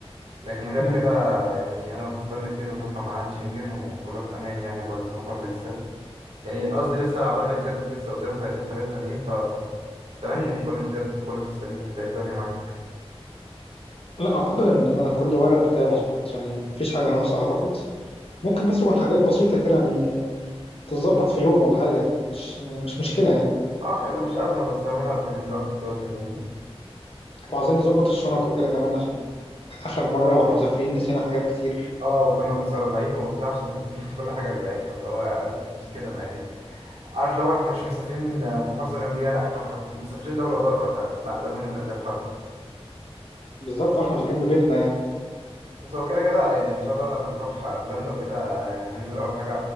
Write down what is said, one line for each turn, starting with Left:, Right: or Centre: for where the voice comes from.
Right: لكن غير
Left: مم.
Right: كده يعني أنا وأنت سافرنا كتير وكده فمعانا شنجن وكله في الأمان يعني وجواز السفر لسه يعني قصدي لسه عبال ما يتجدد لسه قدامه سنتين تلاتة تانيين فتمام
Left: مم.
Right: يعني كله متجدد وكله في السليم أنت إيه الدنيا معاك
Left: لا أعتقد إن أنا كل ورق بتاعي مظبوط يعني مفيش حاجة ناقصة أعتقد ممكن بس يكون حاجات بسيطة كده يعني تتظبط في يوم ولا حاجة يعني مش مش مشكلة يعني
Right: اه حلو مش أزمة بس أعملها من دلوقتي احتياطي فاهمني
Left: وعايزين نظبط الشنط وكده كمان عشان آخر مرة واحنا مسافرين نسينا حاجات كتير
Right: اه وكنا متسربعين وبتاع عشان أجلنا <laughs> كل حاجة للآخر اللي هو مش كده ما يعني عارف لو احنا مش مسافرين آه، في محافظه جنبيها لا احنا مح- مسافرين دوله بره فلا لازم نبقى قلبها بحبه
Left: بالظبط واحنا مش جنب بيتنا يعني
Right: بس هو كده كده يعني ان شاء الله لما نروح آه، بولندا وكده آه، يعني هننزل اول حاجه